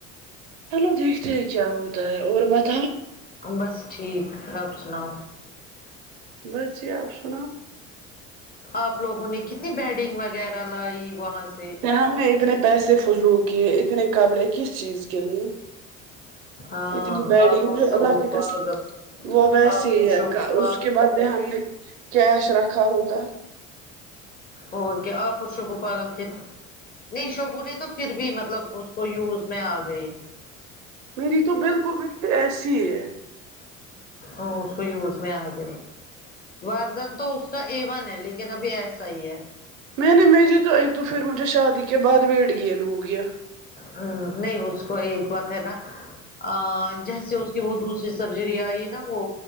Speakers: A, on the right; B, on the left.
A: چلو دیکھتے ہیں کیا ہوتا ہے اور بتاؤ
B: بس ٹھیک رب سناؤ
A: بس جی آپ سناؤ
B: آپ لوگوں نے کتنی بیڈنگ وغیرہ لائی وہاں سے
A: ہم نے اتنے پیسے فضول کیے اتنے قبلے کس چیز کے لیے
B: <unintelligible> ہاں
A: اتنی بیڈنگ
B: آ پشو
A: جو اللہ
B: بپ
A: کی قسم
B: ل
A: وہ ویسی
B: آ پش
A: ہی ہے کا-
B: بپ
A: اس کے بدلے ہم نے کیش رکھا ہوگا
B: اور کیا آ پرشب پاگل تھر نہیں شوبو نہیں تو پھر بھی مطلب اس کو یوز میں آ گئی
A: میری تو بالکل میری تو ایسی ہے
B: ا اس کو ی اس میں آ ج وردن تو اس کا ا ون ہے لیکن اب ایسا ہی ہے
A: میں نہیں میھی تو ایک تو پھر مجھے شادی کے بعد ویٹ گین ہو گیا
B: ہ نہیں اس کو ایک بات ہے نا ا جیسے اس کی وہ دوسری سرجری آئی نا وہ